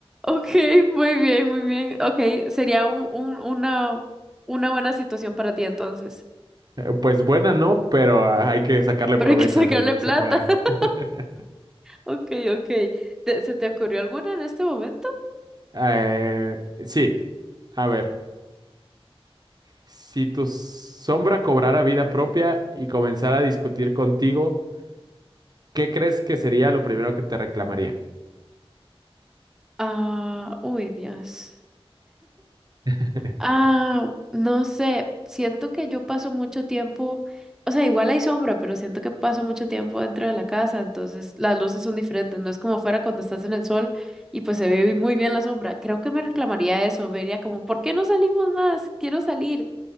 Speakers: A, in the centre; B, on the right.
A: Ok, muy bien, muy bien. Ok, sería un, un- una, una buena situación para ti entonces.
B: Eh, Pues buena no, pero hay que sacarle
A: <laughs> Pero
B: provecho
A: hay que sacarle
B: de donde
A: plata.
B: se pueda.
A: <laughs>
B: <laughs>
A: Ok, ok. ¿Te- ¿Se te ocurrió alguna en este momento?
B: Eh, sí, a ver, si tu sombra cobrara vida propia y comenzara a discutir contigo, ¿qué crees que sería lo primero que te reclamaría?
A: Ah, uy, Dios.
B: <laughs>
A: Ah, no sé, siento que yo paso mucho tiempo, o sea, igual hay sombra, pero siento que paso mucho tiempo dentro de la casa, entonces las luces son diferentes, no es como fuera cuando estás en el sol y pues se ve muy bien la sombra. Creo que me reclamaría eso, me diría como, ¿por qué no salimos más? Quiero salir.